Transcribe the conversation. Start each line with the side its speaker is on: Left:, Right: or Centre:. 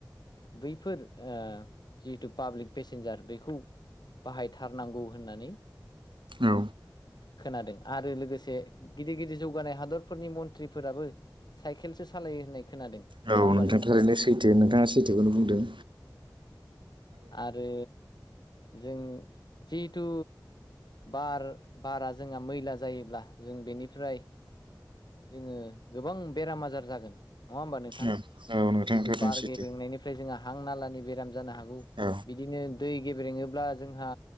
Left: बैफोर जिहेथु ओ पाब्लिक पेसेन्जार बेखौ बाहायथारनांगौ होननानै
Right: औ
Left: खोनादों आरो लोगोसे गिदिर गिदिर जौगानाय हादरफोरनि मन्थ्रि फोराबो साइकेलसो सालायो होननाय खोनादों नङा
Right: औ
Left: होमबा
Right: नोंथां थारैनो सैथो नोंथाङा सैथोखौनो बुंदों।
Left: आरो जों जिथु बार बारा जोंहा मैला जायोब्ला जों बेनिफ्राय जोङो गोबां बेराम आजार जागोन। नङा होमबा नोंथां
Right: औ औ नोंथां
Left: जिहेथु
Right: थारैनो
Left: बार
Right: सैथो
Left: गेबेंनायनिफ्राय जोंहा हां नालानि बेराम जानो हागौ
Right: औ
Left: बिदिनो दै गेब्रेङोब्ला जोंहा